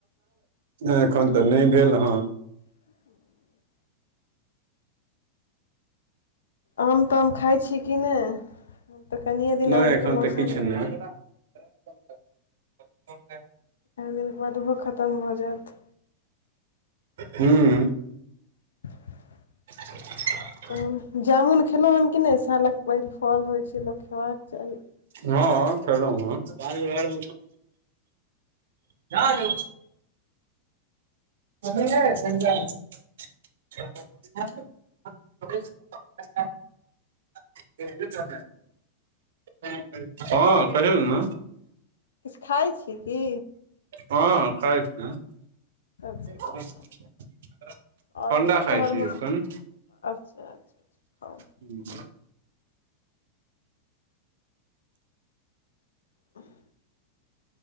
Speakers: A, on the right; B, on the left.
A: नै एखन तऽ नहि भेल हन।
B: खालि आम ताम खाइ छी कि नहि तऽ कनिये दिन
A: नहि
B: आमके
A: एखन
B: मौसम
A: तऽ किछु
B: रह
A: नहि <unintelligible>
B: चारि दिनके बाद ओहो खतम भऽ जायत।
A: हूॅं।
B: खालि
A: किसस इलिये
B: तहन जामुन खेललहुँ हन कि नहि सालक परि फल होइ छै लोक खयबाक चाही।
A: हँ खेलै ह। जा लौ। <inaudible> <unintelligible> <unintelligible> हँ कहियोन न।
B: किछ खाइ छी की?
A: हँ खाइ छियै।
B: अच्छा
A: <unintelligible>
B: अच्छा खाउ आओर
A: अंडा खाइ
B: घरमे
A: छी एखन।
B: अच्छा अच्छा खाउ।
A: छू
B: उफुह